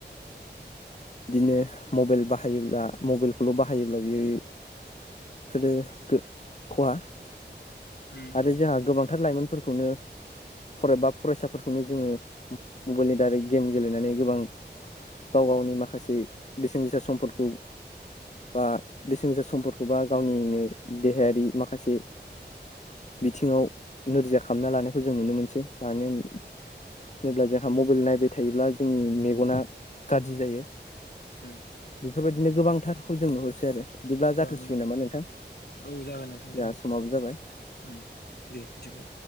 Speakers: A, on the left; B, on the left.
A: <inaudible> बिदिनो मबाइल बाहायोब्ला मबाइलखौल' बाहायोब्ला बियो फोरो खहा
B: उम
A: आरो जोंहा गोबां फोथार लाइमोन फोरखौनो फराय बा फरायसाफोरखौनो जोङो मबाइलनि दारै गेम गेलेनानै गोबां गाव गावनि माखासे बेसेन गोसा सम्फोरखौ बा बेसेन गोसा समफोरखौबा गावनिनो देहायारि माखासे बिथिङाव नोरजिया खालामना लानायखौ जों नुनो मोनसै मानो होनोब्ला जोंहा मबाइल नायबाय थायोब्ला जोंनि मेगना गाज्रि जायो।
B: अम।
A: बेफोर बायदिनो गोबांथारखौ जों नुहरसै आरो बिदिब्ला जाथ'सि
B: औ नंगौ
A: सिगोन नामा नोंथां जोंहा
B: औ जागोन नोंथां जागोन
A: समाबो जाबाय।
B: उम दे बिदिब्ला